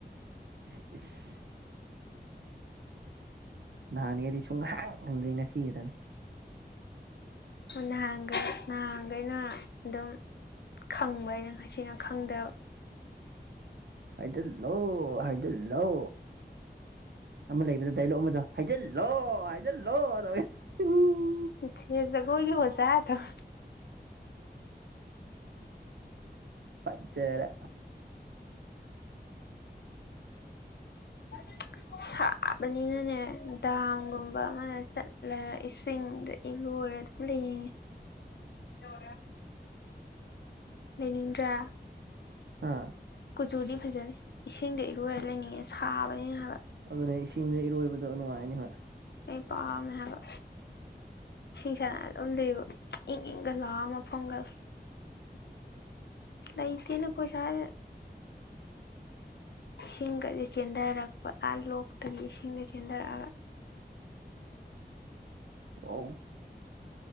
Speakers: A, on the right; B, on the left.
A: <inaudible> ꯅꯍꯥꯟꯉꯩꯗꯤ ꯁꯨꯡꯍꯥꯡ ꯈꯪꯗꯦ ꯉꯁꯤꯈꯇꯅꯦ꯫
B: ꯍꯣ ꯅꯍꯥꯟꯒꯩ ꯅꯍꯥꯟꯈꯩꯅ ꯑꯗꯨꯝ ꯈꯪꯕ ꯑꯩꯅ ꯉꯁꯤꯅ ꯈꯪꯗꯕ꯫
A: ꯍꯥꯏꯖꯤꯜꯂꯣ ꯍꯥꯏꯖꯤꯜꯂꯣ ꯑꯃ ꯂꯩꯕꯗ ꯗꯥꯏꯂꯣꯛ ꯑꯃꯗꯣ ꯍꯥꯏꯖꯜ ꯂꯣ ꯍꯥꯏꯖꯜꯂꯣ ꯇꯧꯕꯩꯗꯣ <inaudible>
B: ꯃꯨꯊꯤ ꯖꯒꯣꯏꯒꯤ ꯑꯣꯖꯥꯔꯗꯤ꯫
A: ꯐꯠꯖꯥꯔꯦ꯫ <inaudible>
B: <inaudible> ꯆꯥꯕꯅꯤꯅꯅꯦ ꯗꯥꯝꯒꯨꯝꯕ ꯑꯃꯅ ꯆꯠꯂꯒ ꯏꯁꯤꯡꯗ ꯏꯔꯣꯏꯔ ꯑꯗꯨꯝ ꯂꯩꯅꯤꯉꯦ꯫
A: <inaudible>
B: ꯇꯧꯔꯦ꯫ ꯂꯩꯅꯤꯡꯗ꯭ꯔꯥ꯫
A: ꯍꯥꯥ꯫
B: ꯀꯨꯆꯨꯗꯤ ꯐꯖꯅꯤ ꯏꯁꯤꯡꯗ ꯏꯔꯣꯏꯔ ꯂꯩꯅꯤꯡꯉꯦ ꯁꯥꯕꯅꯤꯅ ꯍꯥꯏꯕ꯫
A: ꯑꯗꯨꯅꯦ ꯏꯁꯤꯡꯗ ꯏꯔꯣꯏꯕꯗꯣ ꯅꯨꯡꯉꯥꯏꯅꯤ ꯍꯣꯏ꯫
B: ꯑꯦ ꯄꯝꯃꯦ ꯍꯥꯏꯕ꯫ ꯁꯤꯁꯥ ꯎꯠꯂꯤꯕ ꯏꯪꯏꯪꯒ ꯂꯥꯎꯔ ꯃꯐꯝꯒꯁꯦ꯫
A: <inaudible>
B: ꯂꯩꯇꯦꯅꯦ ꯑꯈꯣꯏ ꯁ꯭ꯋꯥꯏꯗ꯫ ꯏꯁꯤꯡꯒꯗꯤ ꯆꯦꯟꯊꯔꯛꯄ ꯑꯥ ꯂꯣꯛꯇꯒꯤ ꯏꯁꯤꯡꯒ ꯆꯦꯟꯊꯔꯛꯑꯒ꯫
A: ꯋꯥꯎ꯫